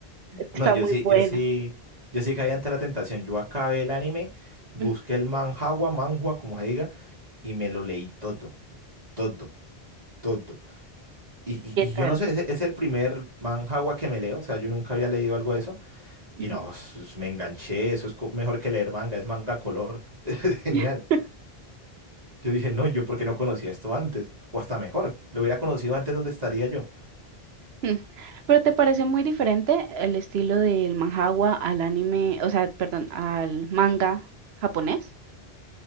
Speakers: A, on the right; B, on the right.
A: está
B: No, yo
A: muy
B: sí,
A: bueno.
B: yo sí, yo sí caí ante la tentación. Yo acabé el anime, busqué
A: Mm,
B: el manhwa, manhwa, como se diga, y me lo leí todo, todo, todo. Y, y-
A: ¿Qué
B: y
A: tal?
B: yo no sé, es, es el primer manhwa que me leo, o sea, yo nunca había leído algo de eso. Y
A: Ujú.
B: no, s- me enganché, eso es co- mejor que leer manga, es manga color, <laughs> es genial.
A: <laughs>
B: Yo dije, no, yo porque no conocía esto antes, o hasta mejor, lo hubiera conocido antes, ¿dónde estaría yo?
A: Mm. Pero te parece muy diferente el estilo del manhwa al anime, o sea, perdón, al manga japonés.